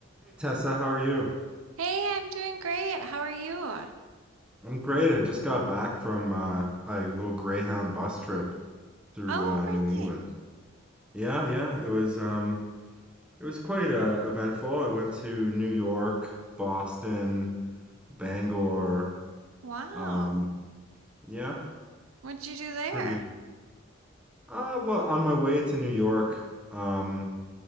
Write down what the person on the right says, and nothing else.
Hey, I'm doing great. How are you?
Oh,
really?
Wow.
What'd you do
there?